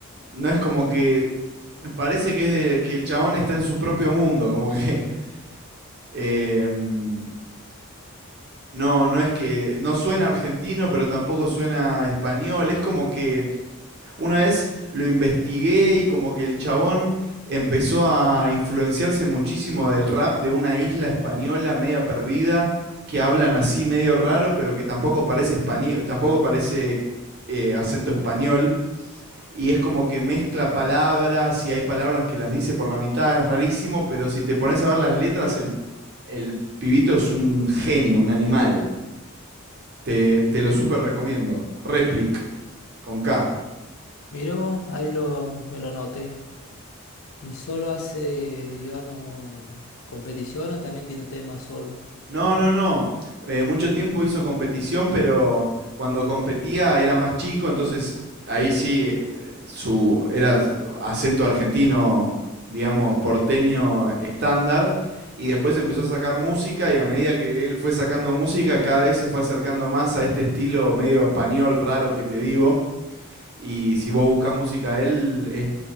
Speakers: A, on the right; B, on the left.
A: No es como que... Parece que es de- que el chabón está en su propio mundo, como que... <laughs> eh, mm, no, no es que... No suena argentino, pero tampoco suena español, es como que... Una vez lo investigué y como que el chabón empezó a influenciarse muchísimo del rap de una isla española media perdida, que hablan así medio raro, pero que tampoco parece español, tampoco parece eh, acento español. Y es como que mezcla palabras y hay palabras que las dice por la mitad, es rarísimo, pero si te pones a ver las letras, el, el pibito es un genio, un animal. Te, te lo
B: M-
A: súper recomiendo. Replic, con K.
B: Mira vos, ahí lo, me lo noté. ¿Y solo hace, digamos, competición o también tiene temas solo?
A: No, no, no. Eh, mucho tiempo hizo competición, pero cuando competía era más chico, entonces ahí sí eh, su era su acento argentino, digamos, porteño estándar. Y después empezó a sacar música y a medida que él fue sacando música, cada vez se fue acercando más a este estilo medio español raro que te digo. Y si vos buscas música de él, est-